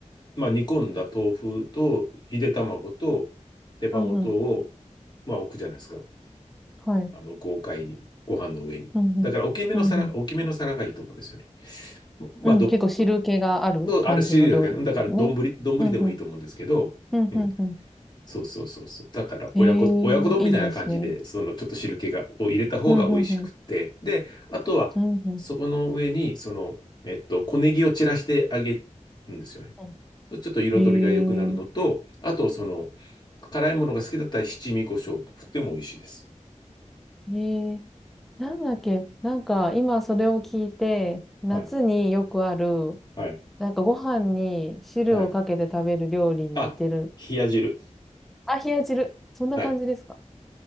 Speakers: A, on the left; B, in the centre.
A: まあ、煮込んだ豆腐と、ゆで卵と、手羽元を
B: うんうん。
A: まあ置くじゃないですか。
B: はい。
A: あの、豪快に、ご飯の上に。
B: うんうん。
A: だから大きめの皿、
B: うんうん。
A: 大きめの皿がいいと思うんですよね。まあ、
B: うん、
A: どん、
B: 結構汁気がある感じの料理ですね。
A: そう、あるし、だから丼、丼でもいいと思うんですけど、
B: うんうん。うんうんうん。
A: うん、そうそうそうそう。だから親子、
B: ええいいですね。
A: 親子丼みたいな感じで、そのちょっと汁気が、を入れた方が美味しくって。
B: うんうんうん。
A: で、あとは、
B: うん
A: そこの上に、その、えっと、小ネギを散らしてあげるんですよね。
B: うん。
A: そうちょっと彩りが良くなるのと、
B: へえ、
A: あと、その、辛いものが好きだったら七味胡椒振っても美味しいです。
B: えー、なんだっけ、なんか今それを聞いて、夏によくある、
A: はい、はい、
B: なんかご飯に汁をかけて食べる料理に似てる。
A: はい。あ、冷や汁。
B: あ、冷や汁。そんな感じですか
A: はい。